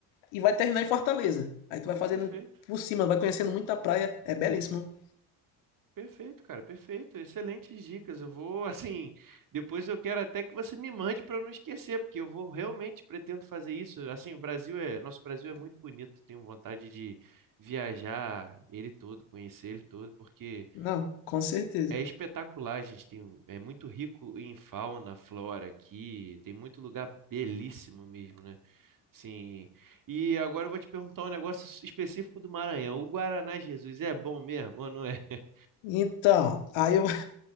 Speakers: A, on the left; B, on the right.
A: e vai terminar em Fortaleza. Aí tu
B: Pô,
A: vai fazendo
B: perfeito.
A: por cima, vai conhecendo muita praia, é belíssimo.
B: Perfeito, cara. Perfeito. Excelentes dicas. Eu vou, <laughs> assim, depois eu quero até que você me mande para eu não esquecer, porque eu vou realmente pretendo fazer isso. Assim, o Brasil é, nosso Brasil é muito bonito. Tenho vontade de viajar ele todo, conhecer ele todo, porque
A: Não, com certeza.
B: é espetacular. A gente tem, um- é muito rico em fauna, flora aqui. Tem muito lugar belíssimo mesmo, né? Sim. E agora eu vou te perguntar um negócio específico do Maranhão. O Guaraná Jesus é bom mesmo ou não é? <laughs>
A: Então, aí eu